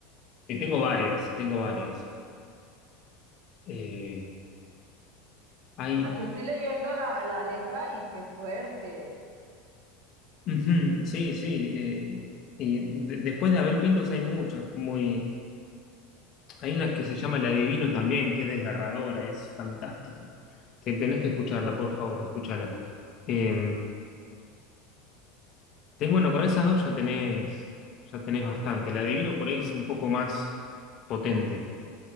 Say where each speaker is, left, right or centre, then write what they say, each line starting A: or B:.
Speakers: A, on the left; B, on the right.
A: Y tengo varias, tengo varias. Eh, hay.
B: Aquí estoy leyendo la, la letra y qué fuerte.
A: Ujú, sí, sí. eh, y de- después de Abel Pintos hay muchas. Muy, hay una que se llama La Divino también, que es desgarradora, es fantástica. Te, tenés que escucharla, por favor, escúchala. Eh, Ten- bueno, con esas dos ya tenés, ya tenés bastante. La adivino por ahí es un poco más potente.